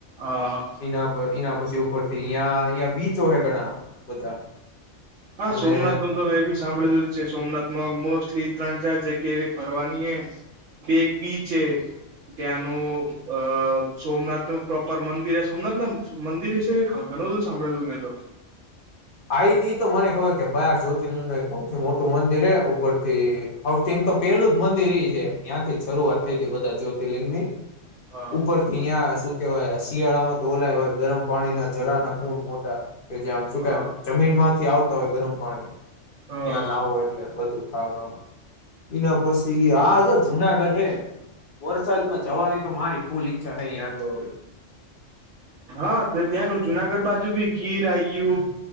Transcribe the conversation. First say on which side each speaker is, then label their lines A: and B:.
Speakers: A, on the right; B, on the left.
A: હા
B: એના પર એના પ ઉપર થી અયા અયા બીચો હે ઘણા બધા
A: હા
B: અને
A: સોમનાથ નું તો મેં બી સાંભળેલું જ છે સોમનાથમાં મોસ્ટ લી ત્રણ ચાર જગ્યા એવી ફરવાની એ કે એક બીચ એ ત્યાંનું અ સોમનાથ નું પ્રોપર મંદિર સોમનાથ ના મંદિર વિશે ખ ઘણું બધું સાંભળેલું મેં તો
B: આઈ ગઈ તો મને ખબર કે બાર જ્યોતિર્લિંગનું એક સૌથી મોટું મંદિર હે ઉપરથી તો પેલું જ મંદિર એ છે ત્યાં થી જ શરૂઆત થઈ તી બધા જ્યોતિર્લિંગ ની
A: હા
B: ઉપરથી યાં શું કેવાય શિયાળામાં તો ઓલા હોય ગરમ પાણી ના જરા ના ખુંડ મોટા કે જે આમ શું
A: હા
B: કેમ મીન માંથી આવતા હોય ગરમ પાણી
A: હા
B: ત્યાં નાવો એટલે બધું થાવા ઈના પછી આજજ જુનાગઢ હે વરસાદમાં જવાની તો મારી ફૂલ ઈચ્છા હેયા તો હવે
A: હા તો ત્યાં જુનાગઢ બાજુ ભી ગીર આઈ ગયું